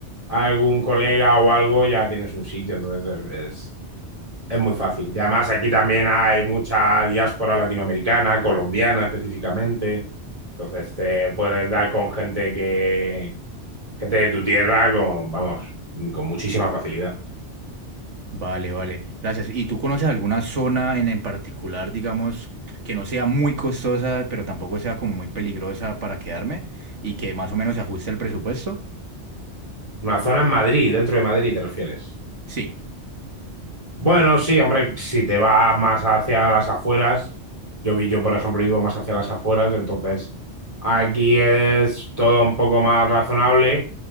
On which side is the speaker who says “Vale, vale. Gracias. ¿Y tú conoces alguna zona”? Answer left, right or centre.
Right